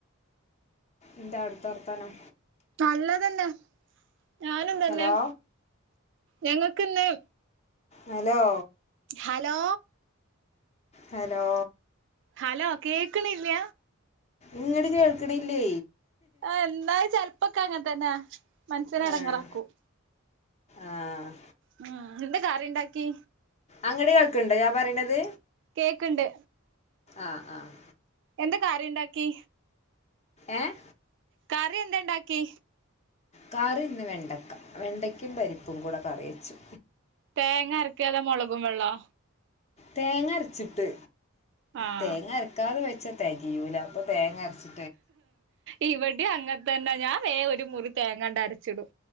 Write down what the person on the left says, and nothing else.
എന്താ അടുത്ത വർത്തനം
ഹലോ
ഹലോ
ഹലോ
ങ്ങട് കേൾക്കണില്ലേ
ആഹ് ആഹ്
അങ്ങടെ കേൾക്ക് ണ്ടോ ഞാൻ പറയണത്
ആഹ് ആഹ്
ഏഹ്
കറിഇന്ന് വെണ്ടയ്ക്ക വെണ്ടയ്ക്കും പരിപ്പും കൂടെ കറിവെച്ചു
തേങ്ങ അരച്ചിട്ട്
തേങ്ങര ക്കാതെ വെച്ചാ തെകിയൂല അപ്പോ തേങ്ങ അരചി